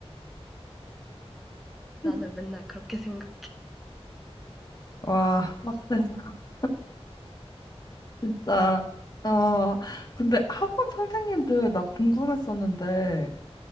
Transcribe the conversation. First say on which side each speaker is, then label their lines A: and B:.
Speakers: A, in the centre; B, on the left.
A: 나는
B: <laughs>
A: 맨날 그렇게 생각해.
B: 와, 빡세다. 진짜. 어, 근데 학원 선생님들 나 궁금했었는데,